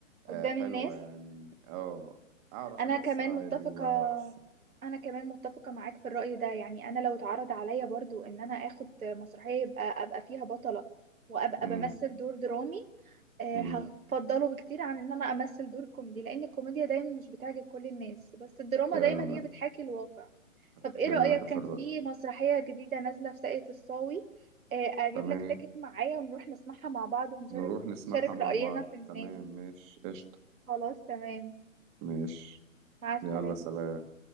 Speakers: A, on the right; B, on the right.
A: قدام
B: آه، حلوة
A: الناس
B: يعني اه أعرف
A: انا
B: أمثل
A: كمان
B: عادي
A: متفقة
B: وأعرف
A: انا كمان متفقة معاك في الرأي ده يعني انا لو اتعرض عليا برضو ان انا اخد مسرحية يبقى ابقى فيها بطلة وابقى
B: مم.
A: بمثل دور درامي آه،
B: مم.
A: هفضله بكتير عن ان انا امثل دور كوميدي لان الكوميديا دايما مش بتعجب كل الناس بس الدراما
B: فعلا
A: دايما هي بتحاكي الواقع
B: أتفق
A: طب ايه رأيك
B: معاك
A: كان
B: في الرأي
A: في مسرحية جديدة نازلة في ساقية الصاوي آه، اجيب
B: تمام
A: لك تاكت معايا ونروح نسمعها مع بعض ونشارك
B: نروح نسمعها
A: نشارك
B: مع
A: رأينا
B: بعض
A: في الناس
B: تمام ماشي قشطة
A: خلاص تمام
B: ماشي
A: مع السلامة
B: يلا سلام